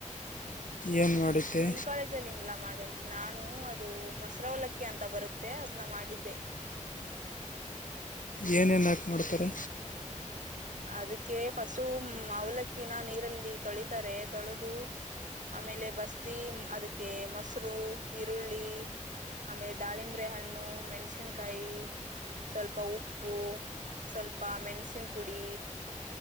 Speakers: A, on the left; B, on the right.
A: ಏನು ಮಾಡಿದ್ದೆ
B: ನಿಮ್ಮ ಕಾಲೇಜಲ್ಲಿ ಹಿಂಗ ಏಲ್ಲಾ ಮಾಡಲ್ಲ ನಾನು ಅದು ಮೊಸರ ಅವಲಕ್ಕಿ ಅಂತ ಬರುತ್ತೆ ಅದನ್ನ ಮಾಡಿದ್ದೆ
A: ಏನೇನು ಹಾಕಿ ಮಾಡ್ತಾರೆ
B: ಅದಕ್ಕೆ ಫಸ್ಟು ಅವಲಕ್ಕಿನ ನೀರಲ್ಲಿ ತೊಳಿತಾರೆ ಅದಕ್ಕೆ ಫಸ್ಟು ಅವಲಕ್ಕಿ ನಾ ನೀರಲ್ಲಿ ತೊಳಿತಾರೆ ತೊಳೆದು ಆಮೇಲೆ ಬಸ್ದಿ ಅದಕ್ಕೆ ಮೊಸರು ಈರುಳ್ಳಿ ಆಮೇಲೆ ದಾಳಿಂಬ್ರೆ ಹಣ್ಣು ಮೆಣಸಿನಕಾಯಿ ಸ್ವಲ್ಪ ಉಪ್ಪು ಸ್ವಲ್ಪ ಮೆಣಸಿನ ಪುಡಿ